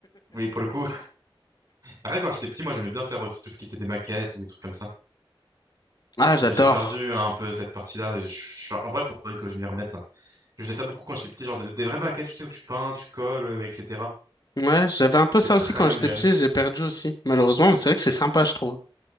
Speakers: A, on the right (about 40°); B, on the left (about 45°).
A: Oui, pour le coup. Après, quand j'étais petit, moi, j'aimais bien faire aussi tout ce qui était des maquettes ou des trucs comme ça.
B: Ah, j'adore.
A: Mais j'ai perdu un peu cette partie-là. et je- je- En vrai, il faudrait que je m'y remette. Je faisais ça beaucoup quand j'étais petit, genre de- des vraies maquettes, tu sais, où tu peins, tu colles, euh, etc.
B: Ouais, j'avais un peu ça
A: C'est très
B: aussi quand
A: manuel.
B: j'étais petit, j'ai perdu aussi, malheureusement, mais c'est vrai que c'est sympa, je trouve.